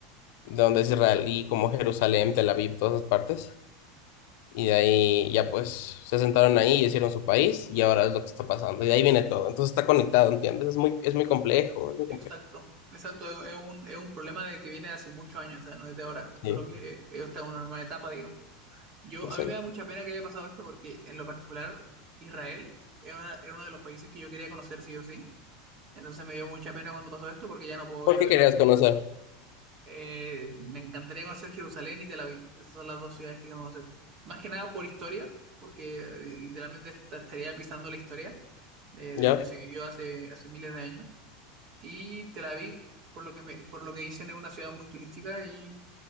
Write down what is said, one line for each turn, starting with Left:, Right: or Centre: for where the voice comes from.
Left: de donde es Israel y como Jerusalén, Tel Aviv, todas esas partes. Y de ahí ya pues se sentaron ahí y hicieron su país y ahora es lo que está pasando. Y de ahí viene todo. Entonces está conectado, ¿entiendes? Es muy, es muy complejo, es muy
Right: exacto.
Left: complejo.
Right: Exacto, es es un, es un problema de que viene de hace muchos años, o sea, no es de ahora, solo
Left: Sí,
Right: que está en una nueva etapa, digamos. Yo,
Left: exacto.
Right: a mí me da mucha pena que haya pasado esto porque en lo particular Israel era, una- era uno de los países que yo quería conocer sí o sí. Entonces me dio mucha pena cuando pasó esto porque ya no puedo
Left: ¿Por
Right: ir, obviamente.
Left: qué querías conocer?
Right: Eh, me encantaría conocer Jerusalén y Tel Aviv. Esas son las dos ciudades que quiero conocer. Más que nada por historia, porque eh, literalmente esta- estaría pisando la historia de, de
Left: ¿Ya?
Right: lo que se vivió hace, hace miles de años. Y Tel Aviv, por lo que me- por lo que dicen, es una ciudad muy turística y,